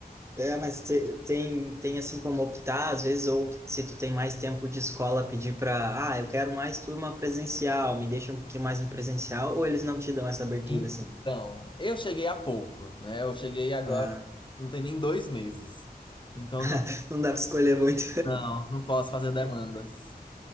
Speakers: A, on the right; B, on the left.
A: É, mas te- tem, tem assim como optar, às vezes, ou se tu tem mais tempo de escola, pedir para, ah, eu quero mais turma presencial, me deixa um pouquinho mais no presencial, ou eles não te dão essa abertura,
B: Então,
A: assim.
B: eu cheguei há pouco, né? Eu cheguei agora,
A: Ah,
B: não tem nem dois meses. Então, não,
A: <laughs> não dá para escolher muito.
B: não, não posso fazer demandas.